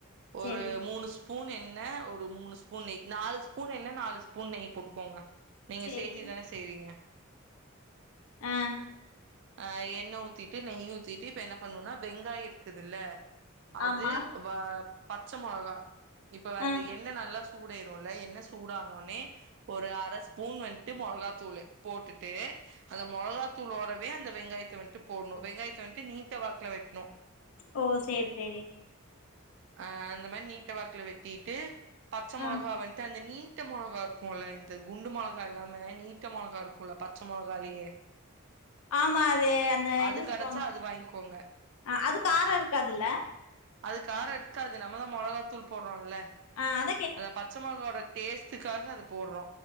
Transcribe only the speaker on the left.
செரி
செரி
ஆ
ஆமா
ஆ
ஓ செரி செரி
ஆ
ஆமா அது அந்த
என்ன சொல்லுவங்க
ஆ அது கார இருக்காதுல்ல
ஆ அத